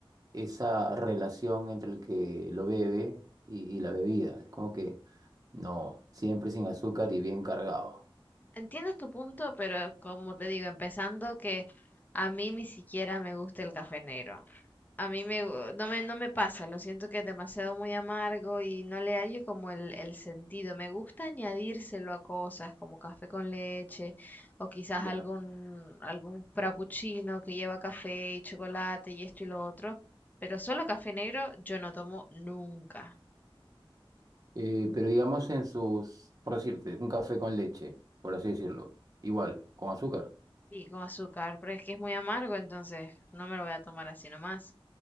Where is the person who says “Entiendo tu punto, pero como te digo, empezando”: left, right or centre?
Left